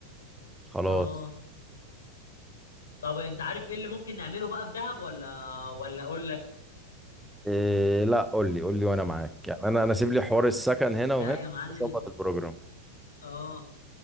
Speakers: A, in the centre; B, on the left.
A: خلاص
B: أه طب أنت عارف إيه اللي ممكن نعمله بقى في دهب ولا ولا أقول لك
A: إيه لا قول لي قول لي وانا معاك يعني انا انا سيب لي حوار السكن هنا
B: لا
A: وهنا
B: يا معلم
A: اظبط
B: انت
A: البروجرام
B: اه